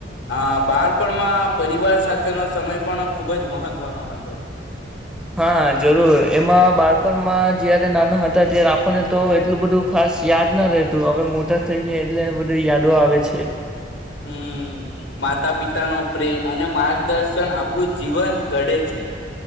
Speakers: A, on the left (about 90°); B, in the centre.
A: હ બાળપણમાં પરિવાર સાથેનો સમય પણ ખુબ જ મહત્વનો હતો.
B: હા જરૂર એમાં બાળપણમાં જયારે નાના હતા ત્યારે આપણને તો એટલું બધું ખાસ યાદ ના રહેતું હવે મોટા થઈ ગયા એટલે બધી યાદો આવે છે.
A: હમ માતા પિતા નો પ્રેમ અને માર્ગદર્શન આપણું જીવન ઘડે છે.